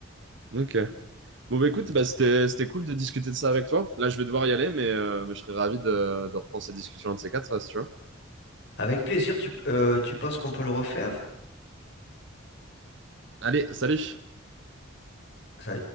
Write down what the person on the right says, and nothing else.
Ok. Bon, bah écoute, bah, c'était, c'était cool de discuter de ça avec toi. Là, je vais devoir y aller, mais, euh, mais je serais ravi de, de reprendre cette discussion un de ces quatre, si tu veux.
Allez, salut!